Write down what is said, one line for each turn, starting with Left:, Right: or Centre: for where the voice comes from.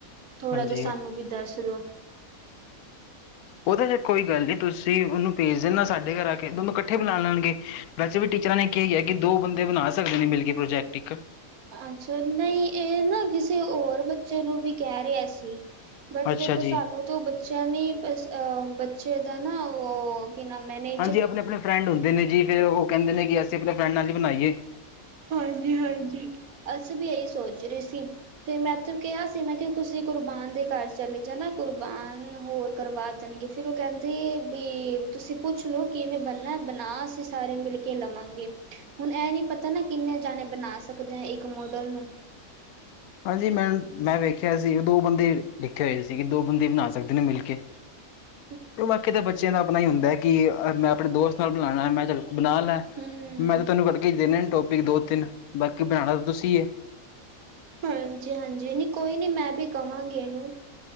Right: ਥੋੜਾ
Left: ਹਾਂਜੀ
Right: ਜਿਹਾ ਸਾਨੂੰ ਵੀ ਦੱਸਦੋ।
Left: ਉਹਦੇ ਚ ਕੋਈ ਗੱਲ ਨੀ, ਤੁਸੀਂ ਉਹਨੂੰ ਭੇਜ ਦਿੰਨਾ ਸਾਡੇ ਘਰ ਆ ਕੇ ਦੋਨੂੰ ਇਕੱਠੇ ਬੁਲਾ ਲੈਣਗੇ ਵੈਸੇ ਵੀ ਟੀਚਰਾਂ ਨੇ ਕਿਆ ਈ ਆ ਕਿ ਦੋ ਬੰਦੇ ਬਣਾ ਸਕਦੇ ਨੇ ਮਿਲ ਕੇ ਪ੍ਰੋਜੈਕਟ ਇੱਕ।
Right: ਅੱਛਾ ਨਹੀਂ ਏ ਨਾ ਕਿਸੇ ਹੋਰ ਬੱਚੇ ਨੂੰ ਵੀ ਕਹਿ ਰਿਹਾ ਸੀ ਬਟ
Left: ਅੱਛਾ
Right: ਦੇਖੋ
Left: ਜੀ
Right: ਸਾਨੂੰ ਤੋਂ ਬੱਚਿਆਂ ਨੇ ਅ ਬੱਚੇ ਦਾ ਨਾ ਉਹ ਕੀ ਨਾ ਮੈਨੇ
Left: ਹਾਂਜੀ ਆਪਣੇ ਆਪਣੇ ਫਰੈਂਡ ਹੁੰਦੇ ਨੇ ਜੀ ਫੇਰ ਉਹ ਕਹਿੰਦੇ ਨੇ ਕਿ ਅਸੀਂ ਆਪਣੇ ਫਰੈਂਡ ਨਾਲ ਹੀ ਬਣਾਈਏ
Right: ਹਾਂਜੀ- ਹਾਂਜੀ ਅਸੀਂ ਵੀ ਇਹੀ ਸੋਚ ਰਹੇ ਸੀ ਫਿਰ ਮੈਂਥ ਕਿਹਾ ਸੀ ਮੈਂ ਕਿ ਤੁਸੀਂ ਕੁਰਬਾਨ ਦੇ ਘਰ ਚਲੇ ਜਾਣਾ ਕੁਰਬਾਨ ਹੋਰ ਕਰਵਾ ਦੇਣਗੇ ਫਿਰ ਉਹ ਕਹਿੰਦੇ ਵੀ ਤੁਸੀਂ ਪੁੱਛ ਲੋ ਕਿਵੇਂ ਬਣਨਾ ਬਣਾ ਅਸੀਂ ਸਾਰੇ ਮਿਲ ਕੇ ਲਵਾਂਗੇ ਹੁਣ ਇਹ ਨੀ ਪਤਾ ਨਾ ਕਿੰਨੇ ਜਾਣੇ ਬਣਾ ਸਕਦੇ ਆ ਇੱਕ ਮੋਡਲ ਨੂੰ
Left: ਹਾਂਜੀ ਮੈਮ ਮੈਂ ਵੇਖਿਆ ਸੀ ਉਹ ਦੋ ਬੰਦੇ ਲਿਖੇ ਹੋਏ ਸੀਗੇ ਦੋ ਬੰਦੇ ਬਣਾ ਸਕਦੇ ਨੇ ਮਿਲ ਕੇ
Right: ਹਮ
Left: ਬਾਕੀ ਤਾਂ ਬੱਚਿਆਂ ਦਾ ਆਪਣਾ ਹੀ ਹੁੰਦਾ ਹੈ ਕਿ ਮੈਂ ਆਪਣੇ ਦੋਸਤ ਨਾਲ ਬਣਾਉਣਾ ਮੈਂ ਕਿਆ ਚੱਲ ਬਣਾ ਲੈ
Right: ਹੂੰ
Left: ਮੈਂ ਤਾਂ ਤੁਹਾਨੂੰ ਕੱਢਕੇ ਹੀ ਦੇਣੇ ਟੋਪਿਕ ਦੋ ਤਿੰਨ ਬਾਕੀ ਬਣਾਉਣਾ ਤਾਂ ਤੁਸੀਂ ਹੈ
Right: ਹਾਂਜੀ- ਹਾਂਜੀ ਨਹੀਂ ਕੋਈ ਨੀ ਮੈਂ ਵੀ ਕਵਾਂਗੀ ਇਹਨੂੰ